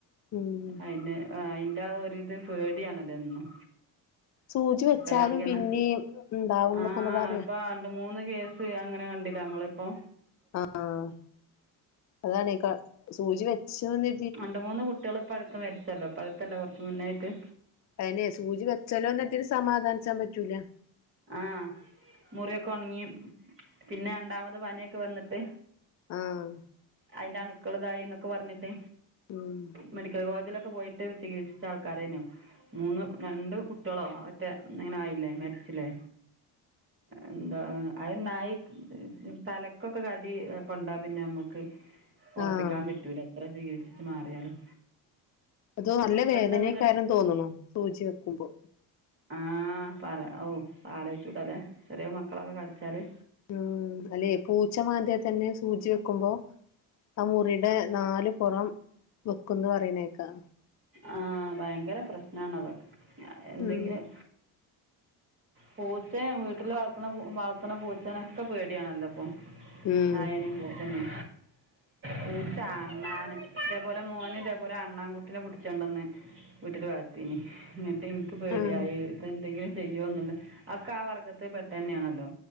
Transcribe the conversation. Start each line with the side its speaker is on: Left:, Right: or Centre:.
Left: ഉം
Right: അയിന് അ അയിൻ്റാ ഒരിത് പേടിയാണെല്ലോ എന്നും.
Left: സൂചി വെച്ചാലും
Right: പേ എളകിന്ന
Left: പിന്നേം ഇണ്ടാവുംന്നൊക്കെങ്ങനെ
Right: ആഹ്
Left: പറയാ
Right: പ അ മൂന്ന് കേസ് അങ്ങനെ കണ്ടില്ലെനമ്മളിപ്പോ
Left: അ ആഹ് അതാണെ ക്ക സൂചി വെച്ചൂന്നെ
Right: രണ്ട് മൂന്ന് കുട്ട്യാള് ഇപ്പട്ത്ത് മരിച്ചല്ലോ ഇപ്പട്ത്തല്ല കൊറച്ച് മുന്നായിട്ട്.
Left: അയ്നെ സൂചി വെച്ചോല്ലൊന്നെര്തി സമാധാനിച്ചാൻ പറ്റൂല
Right: ആഹ് മുറിയൊക്ക ഒണ്ങ്ങി പിന്നെ രണ്ടാമത് പനിയൊക്കെ വന്നിട്ട്
Left: ആഹ്
Right: അയിന്റ അണുക്കൾ ഇതായിന്നൊക്കെ പറഞ്ഞിട്ട്
Left: ഉം
Right: മെഡിക്കൽ കോളേജിലൊക്കെ പോയി റ്റവ് ചികിത്സിച്ചാൾക്കാരയ്‌നു. മൂന്ന് രണ്ട് കുട്ടികളോ മറ്റേ ഇങ്ങനെ ആയില്ലേ മരിച്ചിലേ എന്താ അയ് നായി തലക്കൊക്കെ കടി കൊണ്ടാ പിന്നമ്മുക്ക് ഒറപ്പിക്കാൻ
Left: ആഹ്
Right: പറ്റൂല എത്ര ചികിത്സിച്ച് മാറിയാലും
Left: അതോ നല്ല വേദനയ്ക്കാര
Right: പെട്ടെന്ന്
Left: തോന്നുണു സൂചി വെക്കുമ്പോ
Right: ആഹ് പറയാ ഔ ആലോയിച്ചൂടല്ലേ ചെറിയ മക്കളൊക്കെ കടിച്ചാല്.
Left: ഉം അല്ലെ പൂച്ച മാന്തിയാ തന്നെ സൂചി വെക്കുമ്പോ ആ മുറിടെ നാലു പൊറം വെക്കുന്ന് പറയണേക്കാം
Right: ആഹ് ഭയങ്കര പ്രശ്നാണത് അവർക്ക് എന്തെങ്കിലും
Left: ഉം
Right: പൂച്ചേം വീട്ടില് വളർത്തണ വളർത്തണ പൂച്ചേനൊക്കെ പേടിയാണല്ലോ. പ്പം
Left: ഉം
Right: ആഹ് എനി പോം ന്നു പൂച്ച അണ്ണാന് ഇതേപോലെ മോന് ഇതേപോലെ അണ്ണാൻ കുട്ടിനെ പുടി ച്ചണ്ടൊന്ന് വീട്ടില് വളർത്തീനി ന്നിട്ട് ഇൻക്ക് പേടിയായി
Left: ആഹ്
Right: തെന്തെങ്കിലും ചെയ്യോന്ന്ള്ളെ അഒക്കെ ആ വർഗത്തിൽ പെട്ടന്നേണല്ലോ